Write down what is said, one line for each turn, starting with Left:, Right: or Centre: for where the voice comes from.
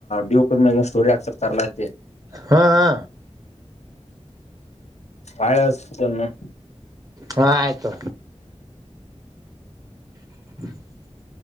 Left: ಡ್ಯೂ ಕ್ಯಾಗನ್ ಸ್ಟೋರಿ ಹಾಕ್ಸಪ್ತರ್ಲಾತಿ
Right: ಹಾ ಹಾ
Left: ಭಳಷ್ಟತನ್ನ
Right: ಹಾ ಆಯ್ತು <unintelligible>